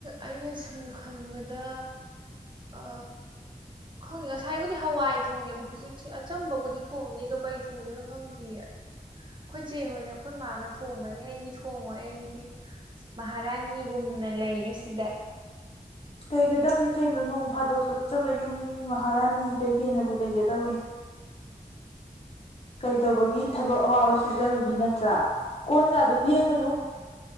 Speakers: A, on the right; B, on the left.
A: ꯑꯩꯅ ꯁꯨꯝ ꯈꯟꯕꯗ ꯑ ꯈꯪꯗꯦ ꯉꯁꯥꯏꯕꯨꯗꯤ ꯍꯋꯥꯏ ꯊꯣꯡꯉꯦꯕ ꯍꯨꯖꯤꯛꯁꯦ ꯑꯆꯝꯕꯕꯨꯗꯤ ꯊꯣꯡꯅꯤ ꯑꯗꯣ ꯀꯔꯤ ꯊꯣꯡꯗꯣꯏꯅꯣ ꯈꯪꯗꯤꯌꯦ ꯈꯣꯏꯆꯦ ꯍꯣꯏꯅ ꯈꯣꯏ ꯃꯥꯒ ꯊꯣꯡꯒꯅꯤ ꯑꯩꯗꯤ ꯊꯣꯡꯉꯣꯏ ꯑꯩꯗꯤ ꯃꯍꯥꯔꯥꯅꯤꯒꯨꯝꯅ ꯂꯩꯔꯦꯁꯤꯗ
B: ꯂꯩꯒꯗꯕꯅꯤ ꯀꯩꯅꯣ ꯅꯣꯡ ꯐꯥꯗꯣꯛ ꯆꯠꯆꯕ ꯌꯨꯝꯅꯤ ꯃꯍꯥꯔꯥꯅꯤꯗꯩ ꯍꯦꯟꯅꯕꯨ ꯂꯩꯒꯗꯕꯅꯤ ꯀꯩꯗꯧꯕꯒꯤ ꯊꯕꯛ ꯑꯋꯥꯕ ꯁꯨꯖꯔꯨꯅꯤ ꯅꯠꯇ꯭ꯔꯥ ꯀꯣꯟꯒꯗꯨ ꯐꯦꯡꯉꯨꯅꯨ